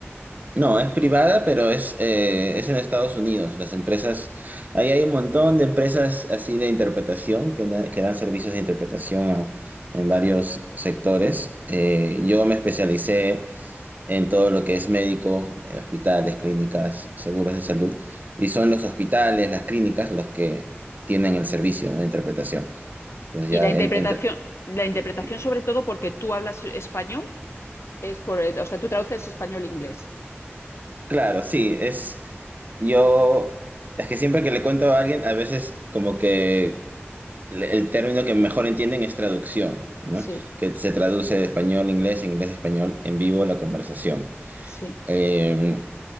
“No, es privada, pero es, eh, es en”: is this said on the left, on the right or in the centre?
Right